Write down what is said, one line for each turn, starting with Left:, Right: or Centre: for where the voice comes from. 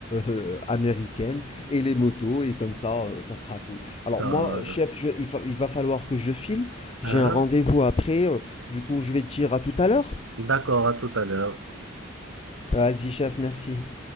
Left: euh, américaines et les motos, et comme ça, euh, ça sera cool. Alors
Right: ça,
Left: moi,
Right: euh,
Left: chef, je- il, fa- il va falloir que je file.
Right: hein?
Left: J'ai un rendez-vous après. euh, du coup, je vais te dire à tout à l'heure.
Right: D'accord, à tout à l'heure.
Left: Vas-y, chef, merci.